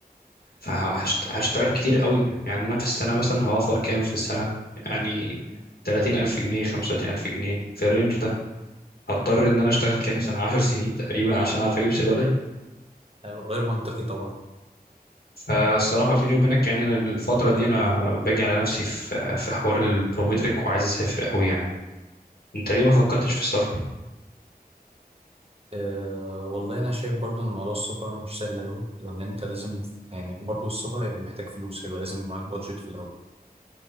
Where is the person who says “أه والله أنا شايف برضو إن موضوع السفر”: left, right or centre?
Right